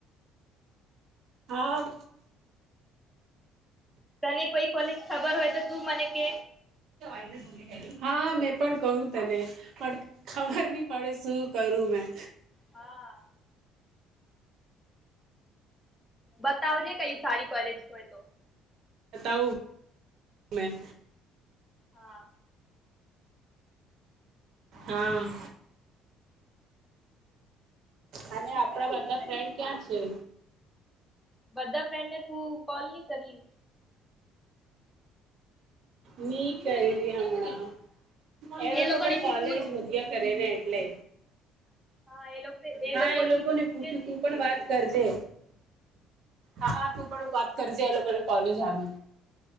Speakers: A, on the right (about 55°); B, in the centre.
A: હા.
B: તને કોઈ કોલેજ ખબર હોય તો તું મને કે.
A: હ, મેં પણ કહું તને, પણ ખબર નહી પડે શું કરું મેં.
B: હા. બતાવ જે કઈ સારી કોલેજ હોય તો.
A: તાવુ <inaudible> મેં.
B: હા
A: હા. અને આપડા બધા ફ્રેન્ડ ક્યાં છે?
B: બધા ફ્રેન્ડ ને તું કોલ નઇ કરી
A: ની કરીયે હમણાં, એ લોકો
B: લોકોનેથી
A: પણ કાલેજ
B: પૂછ
A: હોધ્યા કરે ને. પ્લે
B: હા એ લોકો
A: હા
B: લોકો
A: એ લોકોને
B: થી પૂછજે
A: પૂછું, તું પણ વાત કરજે. હા તું પણ વાત કરજે આ લોકોને કોલેજ હારુ.